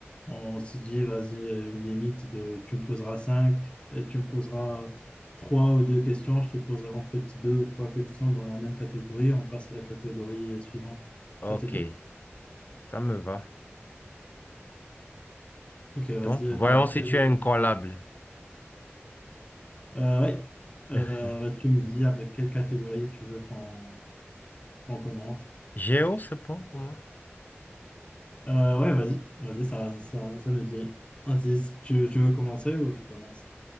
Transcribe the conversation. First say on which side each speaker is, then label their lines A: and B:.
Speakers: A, on the left; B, on the left.
A: on se dit, vas-y, euh, une limite de tu me poseras cinq euh, tu me poseras trois ou deux questions, je te poserai en fait deux ou trois questions dans la même catégorie, on passe à la catégorie euh, suivante.
B: Ok,
A: Ça te dit?
B: ça me va.
A: Ok, vas-y,
B: Bon,
A: euh,
B: voyons
A: par
B: si
A: quel...
B: tu es incollable.
A: euh, ouais. Euh,
B: <laughs>
A: tu me dis avec quelle catégorie tu veux qu'on qu'on commence.
B: Géo, c'est bon pour moi.
A: Euh, ouais, vas-y, vas-y, ça, ça, ça me dit. Vas-y, tu, tu veux commencer ou je commence?